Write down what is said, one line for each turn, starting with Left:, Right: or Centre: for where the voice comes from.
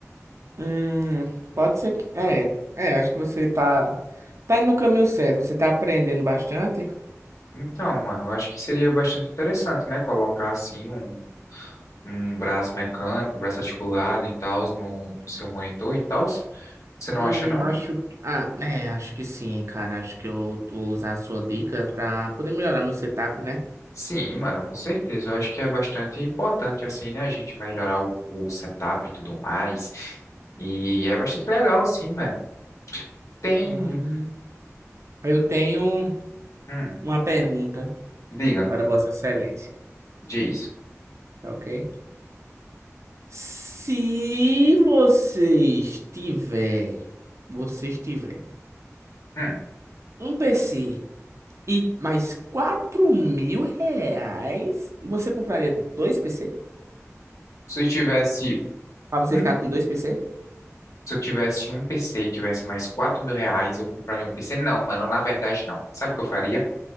Right: Hum, pode ser que. É, é, acho que você tá. Tá indo no caminho certo, você tá aprendendo bastante.
Left: Então, mano, eu acho que seria bastante interessante, né? Colocar assim um, um braço mecânico, um braço articulado e tal no, no seu monitor e tal. Você
Right: Hum,
Left: não acha, não?
Right: acho. Ah, é, acho que sim, cara. Acho que eu vou usar a sua dica pra poder melhorar meu setup, né?
Left: Sim, mano, com certeza. Eu acho que é bastante importante, assim, né? A gente melhorar o, o setup e tudo mais. E é bastante legal, assim, mano. Tem.
Right: Hum, eu tenho
Left: Hum,
Right: uma pergunta
Left: diga-me,
Right: para Vossa Excelência,
Left: diz.
Right: tá ok? Se você estiver. Você estiver.
Left: Hum,
Right: Um PC E mais quatro mil reais, você compraria dois PC?
Left: se eu tivesse.
Right: Pra você
Left: hum,
Right: ficar com dois PC?
Left: se eu tivesse um PC e tivesse mais quatro mil reais, eu compraria um PC? Não, mano, na verdade não. Sabe o que eu faria?